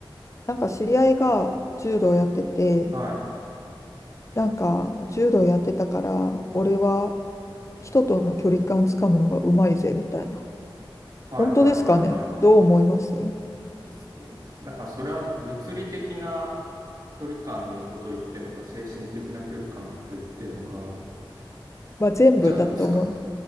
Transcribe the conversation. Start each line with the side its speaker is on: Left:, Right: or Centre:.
Left: なんか知り合いが柔道やってて、
Right: はい。
Left: なんか柔道やってたから、俺は人との距離感つかむのがうまいぜみたいな。
Right: はい、
Left: 本当ですかねどう思います
Right: はい、はい、はい。すだから、それは物理的な距離感のことを言ってんのか、精神的な距離感のことを言ってんのか、
Left: まあ全部だと思う。
Right: じゃないですか。